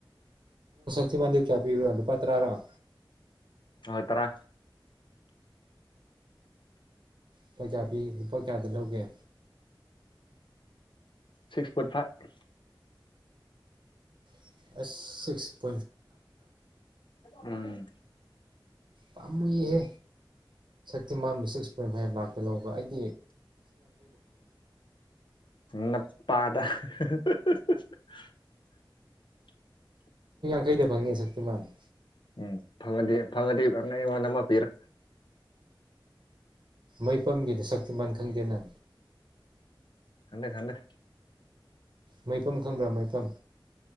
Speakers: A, on the right; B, on the left.
A: ꯃ ꯆꯄꯤ ꯅꯨꯄꯥꯔꯥꯔꯣ
B: ꯍꯣꯏ ꯇꯔꯥ
A: ꯂꯨꯄꯥ ꯀꯌꯥ ꯄꯤ ꯂꯨꯄꯥ ꯀꯌꯥꯗ ꯂꯧꯒꯦ
B: ꯁꯤꯛꯁ ꯄꯣꯏꯟ ꯐꯥꯏꯚ
A: ꯑ
B: ꯎꯝ
A: ꯄꯝꯍꯦ ꯁꯤꯃꯥꯟꯄ ꯂꯦ ꯍꯧꯕ ꯑꯩ
B: ꯅ ꯄꯥꯗ <inaudible> <unintelligible>
A: ꯀꯈꯩꯗ ꯐꯪꯉꯦ ꯁꯛꯇꯤ ꯃꯥꯜꯜꯂꯤ
B: ꯎꯝ ꯐꯪꯗꯤ ꯐꯪꯗꯤꯤ ꯑꯉ ꯋꯥꯗꯃ ꯄꯤꯔ
A: ꯃꯩꯐꯝꯝꯒꯤꯗꯨ ꯁꯛꯇꯤꯕꯥꯥꯟ ꯈꯪꯗꯦꯅꯅꯤ
B: ꯊꯗꯦ ꯊꯗꯦ
A: ꯃꯐꯝ ꯈꯪꯕ꯭ꯔꯥ ꯃꯩꯐꯝ